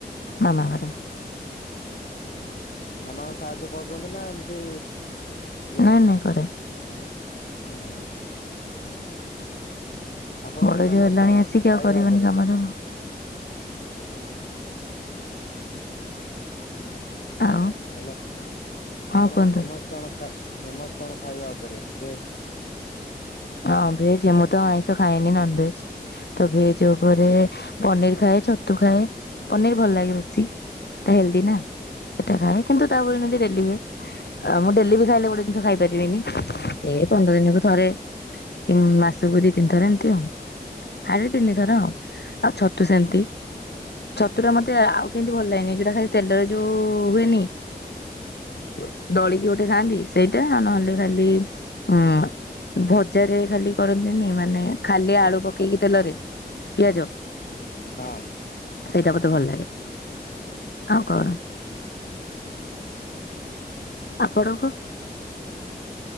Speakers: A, on the left (about 80°); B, on the left (about 65°).
A: ମାମା ଘରେ
B: ମାମାଙ୍କୁ ସାହାଯ୍ୟ କରୁଛନ୍ତି ନା ଏମିତି ଇଏ
A: ନାଇଁ
B: ନାହିଁ?
A: ନାଇଁ କରେ
B: ହୁଁ ହୁଁ ଆପଣଙ୍କର
A: ବଡ
B: ଫେମସ
A: ଯିଅ ହେଲାଣି
B: କଣ
A: ଆସିକି
B: ଖାଇବା
A: ଆଉ କରିବନି
B: ଉପରେ?
A: କାମ ତବ ଆଉ
B: ହ୍ୟାଲୋ ଆପଣଙ୍କ
A: ହଁ କୁହନ୍ତୁ?
B: ଫେମସ କଣ ଫେମସ କଣ ଖାଇବା ଉପରେ ଭେଜ
A: ହଁ ଭେଜ ମୁଁ ତ ଆଇଁଷ ଖାଇଏନି ନନ ଭେଜ ତ ଭେଜ ଉପରେ ପନିର ଖାଏ ଛତୁ ଖାଏ ପନିର ଭଲ ଲାଗେ ବେଶୀ ହେଲ୍ଦି
B: ହୁଁ
A: ନା ସେଟା ଖାଏ କିନ୍ତୁ ତାପନୁ ଯେ ଡଲି ହୁଏ ଆ ମୁଁ ଡେଲି ବି ଖାଇଲେ ଗୋଟେ ଜିନିଷ ଖାଇ ପାରିବିନି ଏ ପନ୍ଦର ଦିନକୁ ଥରେ କି ମାସକୁ ଦି ତିନିଥର ଏମିତି ଆଉ ସାଢେ ତିନିଥର ଆଉ ଆଉ ଛତୁ ସେମିତି ଛତୁଟା ମତେ ଆଉ କେମିତି ଭଲ ଲାଗେନି ଏ ଯୋଉଟା ଖାଲି ତେଲରେ ଯୋଉ ହୁଏନି <inaudible> ଦଳିକି ଗୋଟେ ଖାଆନ୍ତି ସେଇଟା ଆଉ ନହେଲେ ଖାଲି ଉଁ ଭ ଜାରେ ଖାଲି କରନ୍ତିନି ମାନେ ଖାଲି ଆଳୁ ପକେଇକି ତେଲରେ ପିଆଜ
B: ହଁ
A: ସେଇଟା ମତେ ଭଲ ଲାଗେ। ଆଉ କଣ ଆପଣଙ୍କ?